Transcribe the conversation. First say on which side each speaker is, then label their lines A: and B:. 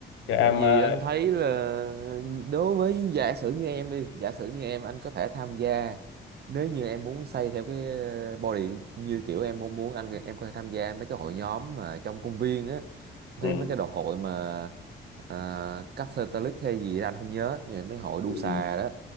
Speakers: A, on the left (about 80°); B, on the right (about 55°).
A: cho
B: bởi
A: em
B: vì
A: ờ,
B: anh thấy là đối với giả sử như em đi giả sử như em anh có thể tham gia nếu như em muốn xây theo cái ờ, body như kiểu em mong muốn anh em có thể tham gia mấy cái hội nhóm mà trong công viên á Anh
A: ừ,
B: thấy mấy cái đồ hội mà uh, Catholic hay gì đó, anh không nhớ nhưng mấy hội đu
A: ừ,
B: xà đó